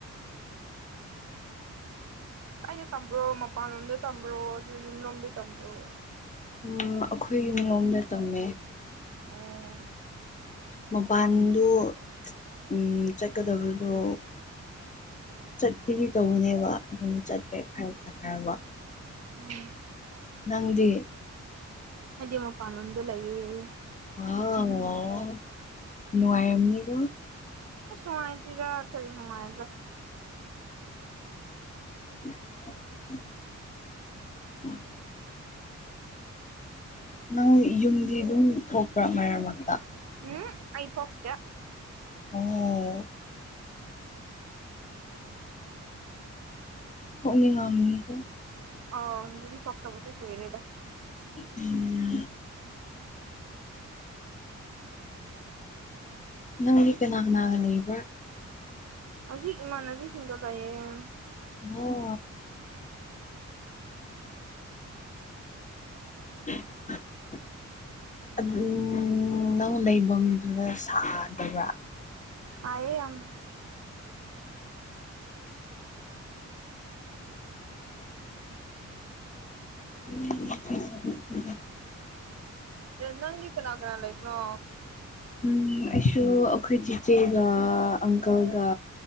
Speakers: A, on the right (about 60°); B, on the left (about 25°).
A: ꯑꯩꯗꯤꯣ ꯇꯝꯕ꯭ꯔꯣ ꯃꯄꯥꯟꯂꯣꯝꯗ ꯇꯝꯕ꯭ꯔꯣ ꯑꯗꯨ ꯌꯨꯝꯂꯣꯝꯗ ꯇꯝꯕ꯭ꯔꯣ
B: ꯎ ꯑꯩꯈꯣꯏ ꯌꯨꯝꯂꯣꯝꯗ ꯇꯝꯃꯦ
A: ꯑ
B: ꯃꯄꯥꯟꯗꯨ ꯎꯝ ꯆꯠꯀꯗꯕꯗꯣ ꯆꯠꯈꯤꯗꯤ ꯇꯧꯕꯅꯦꯕ ꯎꯝ ꯆꯠꯠꯇ꯭ꯔꯦ ꯍꯥꯏ ꯍꯥꯏ ꯋꯥ
A: ꯎꯝ
B: ꯅꯪꯗꯤ
A: ꯍꯥꯏꯗꯤ ꯃꯄꯥꯟꯂꯣꯝꯗꯣ ꯂꯩꯌꯦ
B: ꯑꯣ ꯅꯉꯝꯅꯤ ꯀꯣ
A: ꯁ ꯃꯥꯥꯏꯇꯤꯖ ꯈꯔꯤꯅꯅꯨꯡ ꯃꯥꯥꯏꯕ
B: <inaudible> ꯎꯝ ꯅꯪ ꯌꯨꯝꯗꯤ ꯑꯗꯨꯝ ꯊꯣꯛꯄ꯭ꯔꯥ ꯃꯔꯛ ꯃꯔꯛꯇ
A: ꯑ ꯑꯩꯥꯏꯠ ꯍꯇꯦ
B: ꯑꯣ ꯄꯨꯣꯛꯅꯤꯡꯉꯥꯅꯤꯀꯣ
A: ꯑ ꯌ ꯊꯣꯛꯇꯕꯁꯨ ꯇꯣꯏꯔꯦꯗ
B: ꯎꯝ ꯅꯪꯒꯤ ꯀꯅꯥ ꯀꯅꯥꯒ ꯂꯩꯕ꯭ꯔꯥ
A: ꯍꯧꯖꯤꯛ ꯏꯃꯥꯟꯅꯕꯤꯁꯤꯡꯗꯣ ꯂꯩꯥꯛꯌꯦ
B: ꯑꯣ <inaudible> ꯑꯗꯨ ꯅꯪ ꯂꯩꯐꯝꯗꯨꯗ ꯁꯥꯗꯕ꯭ꯔꯥ
A: ꯑꯑꯌꯦ ꯌꯥꯝ
B: <inaudible>
A: ꯅꯪꯤ ꯄꯅꯥꯀ꯭ꯔ ꯂꯩꯦ ꯏꯕ꯭ꯔꯣ
B: ꯎꯝ ꯑꯩꯁꯨ ꯑꯩꯈꯣꯏ ꯆꯤꯆꯦꯒ ꯑꯪꯀꯜꯒ